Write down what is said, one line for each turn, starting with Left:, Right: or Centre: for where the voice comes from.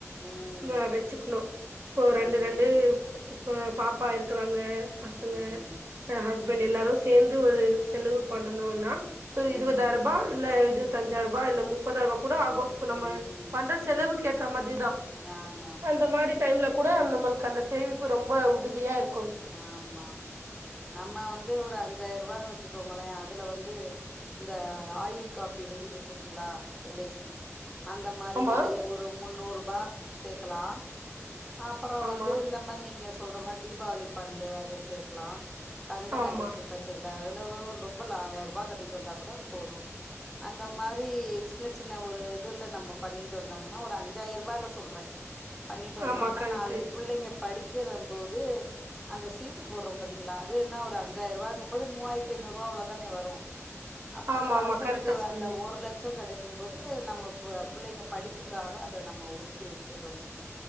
Centre: ம்
Right: இங்கே வச்சுக்கணூ இப்போ
Centre: ம்
Right: ரெண்டு ரெண்டு இப்ப பாப்பா இருக்கறாங்க பசங்க
Centre: ம்
Right: அ வயஸ்ப் இப்ப எல்லாரூ சேர்ந்து ஒரு செலவு பண்ணனோன்னா ஒரு
Centre: ம்
Right: இருபதாயிர ரூபா இல்ல இது தஞ்சாயிரபா இல்ல முப்பதாயிரபா கூட ஆகோ இப்ப நம்ம
Centre: ம்
Right: பண்ற செலவுக்கு ஏத்தா மாதிரிதா
Centre: ஆமா ஆமா
Right: அந்த மாரி டைம்ல கூட நம்மளுக்கு அந்த சேமிப்பு ரொம்ப உதவியா இருக்
Centre: ஆமாம்மா நம்ம வந்து ஒரு அஞ்சாயிரவான்னு வச்சுக்கோங்களே அதுல வந்து இந்த ஆயுள் காப்பீடுன்று இருக்கு பாத்தீங்ளா எல் ஐ சி அந்த மாரி
Right: ஆமா
Centre: இதுலையு ஒரு முன்னூறுபா சேக்கலா அப்றோ
Right: ஆமா
Centre: வந்து இந்த மாரி நீங்க சொல்ற மாரி தீபாவளி பண்டு அது சேக்கலா தங்க
Right: ஆமா
Centre: நகை திட்டத்துல அதுல ஒ ரொம்பல்ல ஆயிரரூபா கட்டிட்டு வந்தா கூட போது அந்த மாரி சின்ன சின்ன ஒரு இதுல நம்ம பண்ணிட்டு வந்தோம்னா ஒரு அஞ்சாயிரூபாயில சொல்ற பண்ணிட்டு வந்தோமுனா
Right: ஆமா கரெக்ட்டு
Centre: நாளைக்கு புள்ளைங்க படிக்கிறம் போது அந்த சீட்டு போறோ பாத்தீங்ளா அது என்ன ஒரு அஞ்சாயிருவாங்கு போது மூவாயிரத்தி ஐந்நூறுவா அவ்ளோதான வரு அப்ப
Right: ஆமா
Centre: வருஷத்துக்கு
Right: ஆமா கரெக்டா சொன்னீங்க
Centre: அந்த ஒரு லட் ச்சோ கெடைக்கு போது நம்ம புள்ளைங்க படிப்புக்காக அத நம்ம ஒதுக்கி வெச்சிறன்னு